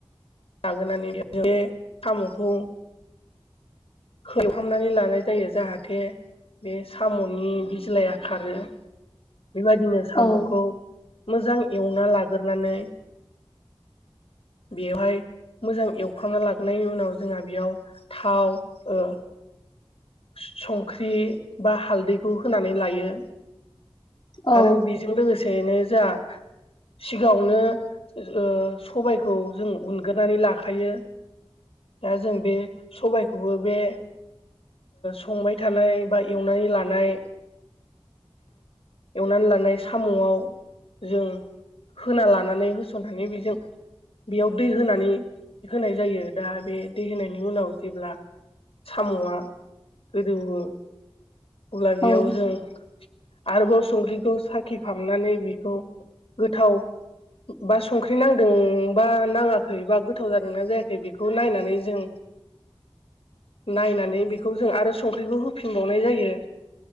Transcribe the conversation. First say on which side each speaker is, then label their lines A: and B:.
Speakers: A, on the left (about 65°); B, on the left (about 40°).
A: लागोनानै <unintelligible> बे साम'खौ खोबहाबनानै लानाय जायो जाहाथे बे साम'नि बिज्लाया खारो बेबायदिनो साम'खौ
B: औ
A: मोजां एवना लागोरनानै बेवहाय मोजां एवफ्रामना लाग्रोनायनि उनाव जोंहा बेयाव थाव ओ संख्रि बा हालदैखौ होनानै लायो।
B: औ
A: आरो बेजों लोगोसेैनो जा। सिगाङावनो ओ सबायखौ जों उन गोनानै लाखायो दा जों बे सबायखौबो बे संबाय थानाय बा एवनानै लानाय एवनानै लानाय साम'आव जों होना लानानै होसोन होयनि बेजों बेयाव दै होनानै होनाय जायो दा बे दै होनायनि उनाव जेब्ला साम'आ गोदौयो अब्ला बेयाव
B: औ
A: जों आरोबाव संख्रिखौ साखिखांनानै बिखौ गोथाव बा संख्रि नांदोंबा नाङा हैबा गोथाव जादोंना जायाखै बेखौ नायनानै जों। नायनानै बेखौ जों आरो संख्रिखौ होफिनबावनाय जायो